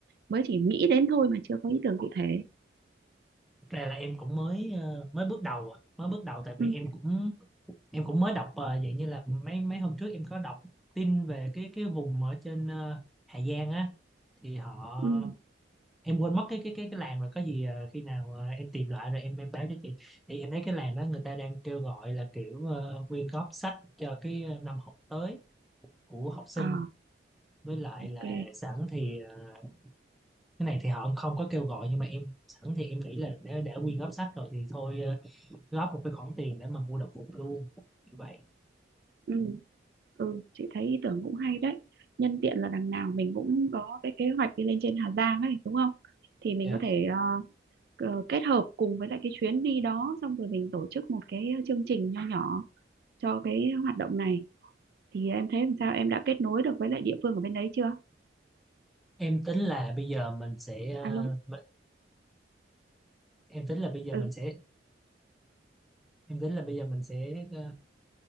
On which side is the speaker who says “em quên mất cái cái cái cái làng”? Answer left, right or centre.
Centre